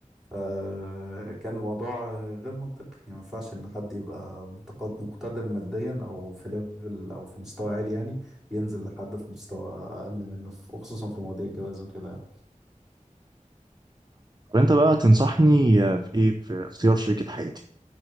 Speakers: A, in the centre; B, on the right.
A: فكان الموضوع غير منطقي يعني ما ينفعش ان حد يبقى متقد- مقتدر ماديا او في ليفل او في مستوى عالي يعني ينزل لحد في مستوى اقل منه في- وخصوصا في مواضيع الجواز وكده يعني
B: وانت بقى تنصحني آه، في ايه في اختيار شريكة حياتي